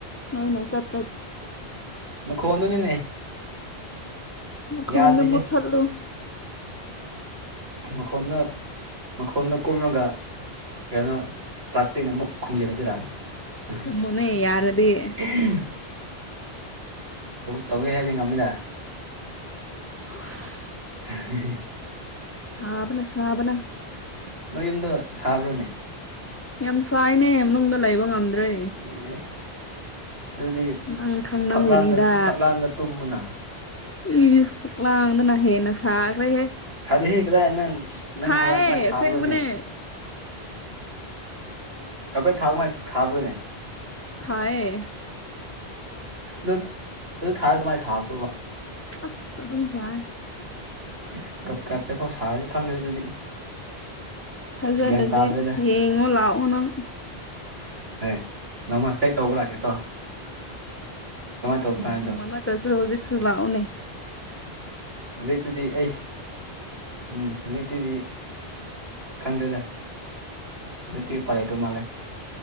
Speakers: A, on the left (about 20°); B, on the right (about 65°).
A: ꯅꯣꯏꯅ ꯆꯠ
B: ꯃ ꯈꯣꯟꯗꯨꯅꯤꯅꯦ
A: ꯃꯈꯣꯟꯗꯣ
B: ꯌꯥꯗ꯭ꯔꯤꯁꯦ
A: ꯃꯨꯠꯊꯠꯂꯨ
B: ꯃꯈꯣꯟꯅ ꯃꯈꯣꯟꯗ ꯀꯨꯝꯂꯒ ꯀꯩꯅꯣ ꯄ꯭ꯂꯥꯁꯇꯤꯛꯅ ꯑꯃꯨꯛ ꯈꯨꯝꯖꯤꯔꯨꯁꯤꯔꯥ <unintelligible>
A: ꯈꯨꯝꯃꯨꯅꯦ ꯌꯥꯔꯗꯤ
B: ꯇꯧꯒꯦ ꯍꯥꯏꯗꯤ ꯉꯝꯅꯤꯗ
A: <unintelligible>
B: <unintelligible>
A: ꯁꯥꯕꯅ ꯁꯥꯕꯅ
B: ꯅꯣꯏ ꯌꯨꯝꯗꯣ ꯁꯥꯕ꯭ꯔꯣꯅꯦ
A: ꯌꯥꯝ ꯁꯥꯏꯅꯦ ꯃꯅꯨꯡꯗ ꯂꯩꯕ ꯉꯝꯗ꯭ꯔꯦ
B: ꯑꯦ ꯑꯗꯨꯗꯤ
A: ꯅꯪ ꯈꯪꯂꯝꯒꯅꯤꯗ
B: ꯐꯛꯂꯥꯡꯗ ꯐꯛꯂꯥꯡꯗ ꯇꯨꯝꯃꯨꯅ
A: ꯏꯁ ꯁꯨꯛꯂꯥꯡꯗꯅ ꯍꯦꯟꯅ ꯁꯥꯈ꯭ꯔꯦꯍꯦ
B: ꯁꯥꯗꯦꯍꯦ ꯀꯗꯥꯏ ꯅꯪ ꯅꯪꯒꯤ
A: ꯁꯥꯏꯌꯦ
B: ꯍꯕꯥꯥꯡ ꯀꯃꯥꯏ ꯁꯥꯕꯔꯣꯅꯦ
A: ꯑꯁꯦꯡꯕꯅꯦ
B: ꯀꯥꯔꯄꯦꯠ ꯊꯥꯎꯃꯥꯏ ꯊꯥꯕꯔꯣꯅꯦ
A: ꯊꯥꯏꯌꯦ
B: ꯑꯗꯨ ꯑꯗꯨ ꯊꯥꯔ ꯀꯃꯥꯏꯅ ꯁꯥꯕꯔꯣꯕ
A: ꯑꯁ ꯑꯗꯨꯝ ꯁꯥ
B: ꯑ ꯀ ꯀꯞꯄꯦꯀꯣ ꯁꯥꯔꯗꯤ ꯈꯪꯗ꯭ꯔꯦ ꯑꯗꯨꯗꯤ
A: ꯊꯥꯖꯔꯗꯤ
B: ꯒ꯭ꯌꯥꯟ ꯇꯥꯗ꯭ꯔꯦꯗ
A: ꯌꯦꯡꯉꯣ ꯂꯥꯛꯑꯣ ꯅꯪ
B: ꯍꯣꯏ ꯅꯣꯡꯃ ꯆꯦꯛ ꯇꯧꯕ ꯂꯥꯛꯀꯦꯀꯣ ꯀꯃꯥꯏꯅ ꯇꯧꯕꯅꯣ
A: ꯅꯣꯡꯃ
B: ꯍꯥꯏꯕꯗꯣ
A: ꯅꯠꯇ꯭ꯔꯁꯨ ꯍꯨꯖꯤꯛꯁꯨ ꯂꯥꯛꯎꯅꯦ
B: ꯍꯧꯖꯤꯛꯇꯨꯗꯤ ꯑꯩ ꯎꯝ ꯍꯧꯖꯤꯛꯇꯨꯗꯤ ꯈꯟꯗꯦꯗ ꯗꯛꯇꯤ ꯎꯄꯥꯏ ꯂꯩꯗꯧ ꯃꯥꯂꯦ